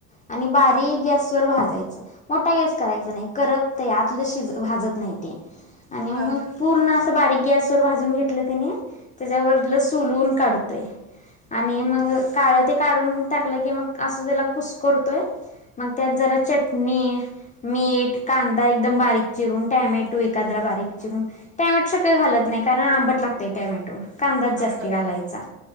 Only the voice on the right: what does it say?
हा
हा
होय